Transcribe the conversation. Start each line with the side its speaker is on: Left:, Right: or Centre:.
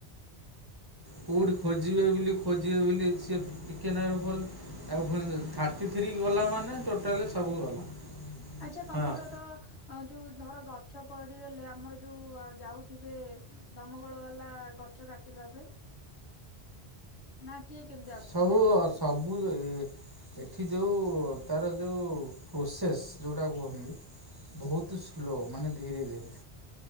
Left: <unintelligible>
Right: କଉଠି ଖୋଜିବେ ବୋଲି ଖୋଜିବେ ବୋଲି ସିଏ ଟିକେ ନାଁ ର ଭଲ ଆଉଣି ଥାର୍ଟି ଥ୍ରୀ ଗଲା ମାନେ ଟୋଟାଲ ସବୁ ଗଲା।
Left: ଆଚ୍ଛା ତମର
Right: ହଁ
Left: ତ ଯୋଉ ଧର ଗଛ ପଡିଗଲେ ଆମର ଯୋଉ ଯାଉଥିବେ ଦମକୋଳ ବାଲା ଗଛ କାଟିବା ପାଇଁ। ନା କିଏ କେମିତି ଆସୁଛନ୍ତି
Right: ସବୁ
Left: ଗଛ କାଟିବା
Right: ସବୁ ଏଠି ଯେଉଁ ତାର ଯେଉଁ ପ୍ରୋସେସ୍ ଯେଉଁଟା କୁହନ୍ତି। ବହୁତ ସ୍ଲୋ ମାନେ ଧୀରେ ଧୀରେ।